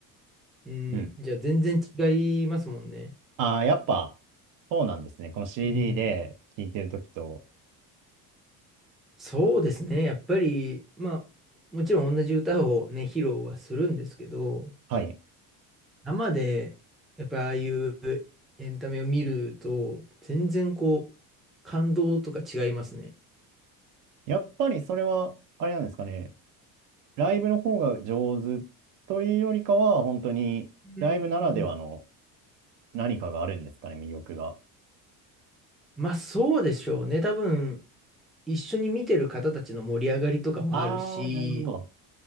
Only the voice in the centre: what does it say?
うん、
じゃあ全然違いますもんね。
うん
そうですね。やっぱり、まあ、もちろん同じ歌をね、披露はするんですけど、
生で、やっぱりああいうエンタメを見ると、全然こう、感動とか違いますね。
うん
まあ、そうでしょうね。多分、一緒に見てる方たちの盛り上がりとかもあるし、
や